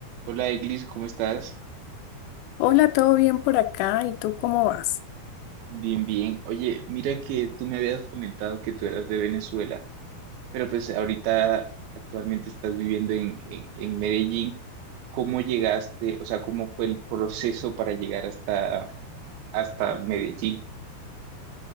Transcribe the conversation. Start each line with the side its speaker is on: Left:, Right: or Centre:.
Right: Hola Eglis, ¿cómo estás?
Left: Hola, ¿todo bien por acá? ¿Y tú cómo vas?
Right: Bien, bien. Oye, mira que tú me habías comentado que tú eras de Venezuela, pero pues ahorita actualmente estás viviendo en, en, en Medellín. ¿Cómo llegaste? O sea, ¿cómo fue el proceso para llegar hasta, hasta Medellín?